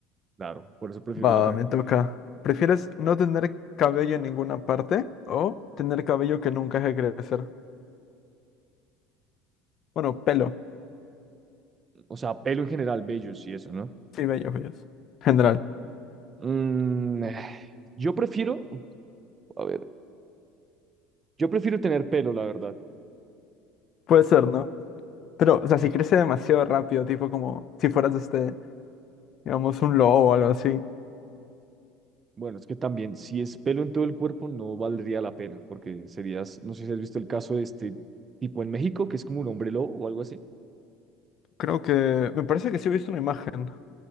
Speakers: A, on the right; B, on the left.
A: claro, por eso prefiero
B: Va,
A: la tranquilidad.
B: me toca. ¿Prefieres no tener cabello en ninguna parte o tener cabello que nunca deje de crecer? Bueno, pelo.
A: O sea, pelo en general, bellos y eso, ¿no?
B: Sí, bello, bello. General.
A: Mm, <sighs> eh, yo prefiero, a ver, yo prefiero tener pelo, la verdad.
B: Puede ser, ¿no? Pero, o sea, si crece demasiado rápido, tipo como si fueras, este, digamos, un lobo o algo así.
A: Bueno, es que también, si es pelo en todo el cuerpo, no valdría la pena, porque serías, no sé si has visto el caso de este tipo en México, que es como un hombre lobo o algo así.
B: Creo que... Me parece que sí he visto una imagen,